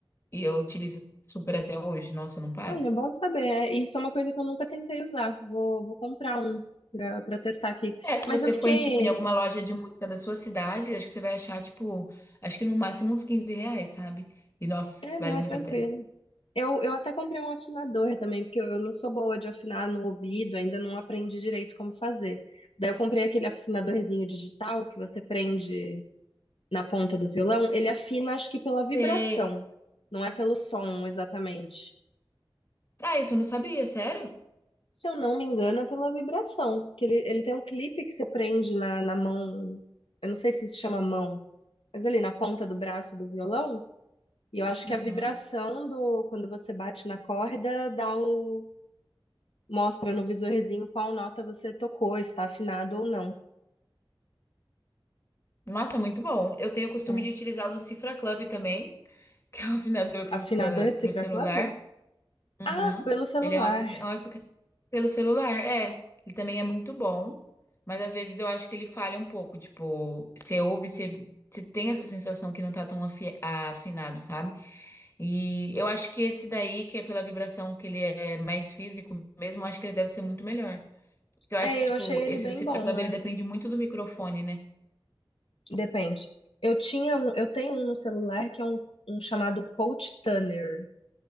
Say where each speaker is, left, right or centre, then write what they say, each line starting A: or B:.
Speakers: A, on the left; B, on the left.
A: E eu utilizo super até hoje. Nossa, eu não paro.
B: Olha, bom saber. É, Isso é uma coisa que eu nunca tentei usar. Vou, vou comprar um pra, pra testar aqui.
A: É, se
B: Mas
A: você
B: eu fiquei.
A: for em, tipo, em alguma loja de música da sua cidade, acho que você vai achar, tipo, acho que no máximo uns 15 reais, sabe? E nossa,
B: É, não,
A: vale
B: é
A: muito
B: tranquilo.
A: a pena.
B: Eu, eu até comprei um afinador também, porque eu não sou boa de afinar no ouvido, ainda não aprendi direito como fazer. Daí eu comprei aquele afinadorzinho digital que você prende na ponta do violão. Ele afina, acho que pela vibração,
A: E...
B: não é pelo som exatamente.
A: Ah, isso eu não sabia, sério?
B: Se eu não me engano, é pela vibração. Que ele, ele tem um clipe que você prende na, na mão. Eu não sei se se chama mão, mas ali na ponta do braço do violão. E eu acho
A: Uhum.
B: que a vibração do quando você bate na corda dá o, mostra no visorzinho qual nota você tocou, está afinado ou não.
A: Nossa, muito bom. Eu tenho o costume
B: É.
A: de utilizar o do Cifra Club também. que é um afinador para
B: Afinador de cifra
A: o celular.
B: clave?
A: Uhum.
B: Ah, pelo celular.
A: Ele é um aplica... é um aplica- pelo celular, é. Ele também é muito bom, mas às vezes eu acho que ele falha um pouco. Tipo, você ouve, você, você tem essa sensação que não tá tão afi- afinado, sabe? E eu acho que esse daí, que é pela vibração que ele é mais físico mesmo, eu acho que ele deve ser muito melhor. Porque eu acho
B: É,
A: que, tipo,
B: eu achei ele
A: esse
B: bem
A: do Cifra
B: bom,
A: Club,
B: é.
A: ele depende muito do microfone, né?
B: Depende. Eu tinha, um- eu tenho um no celular que é um, um chamado Coach Tunner,